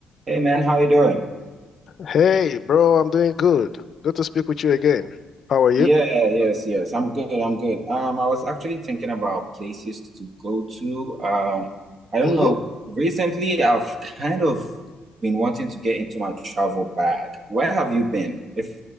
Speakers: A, on the right; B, on the left.
A: Hey man, how you doing?
B: Hey, bro, I'm doing good. Good to speak with you again. How are you?
A: Yeah, yes, yes. I'm good. I'm good. Um, I was actually thinking about places to go to. Um, I don't
B: hmm
A: know. Recently, I've kind of been wanting to get into my travel bag. Where have you been? If